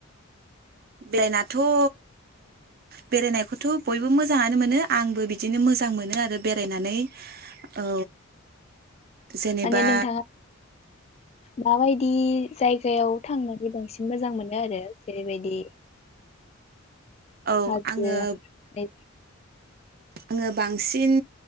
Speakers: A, on the right; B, on the left.
A: बेरायनाथ ओ बेरायनायखौथ बयबो मोजाङानो मोनो आंबो बिदिनो मोजां मोनो आरो बेरायनानै। औ जेनेबा
B: माने नोंथाङा माबायदि जायगायाव थांनानै बांसिन मोजां मोनो आरो जेरैबायदि
A: औ
B: हाजो
A: आङो आङो बांसिन